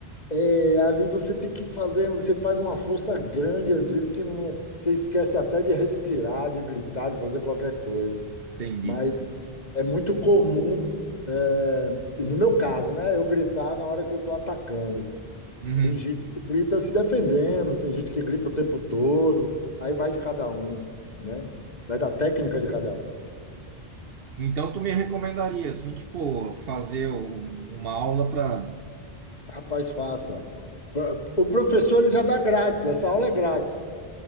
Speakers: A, on the left (about 40°); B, on the right (about 65°).
A: É, ali você tem que fazer, você faz uma força grande, às vezes que não, você esquece até de respirar, de gritar, de fazer qualquer coisa.
B: Entendi.
A: Mas é muito comum, é, no meu caso, né, eu gritar na hora que eu estou atacando.
B: Uhum.
A: Tem gente que grita se defendendo, tem gente que grita o tempo todo, aí vai de cada um, né? Vai da técnica de cada um.
B: Então tu me recomendaria, assim, tipo, fazer um- uma aula para
A: Rapaz, faça. Pra- O professor ele já dá grátis, essa aula é grátis.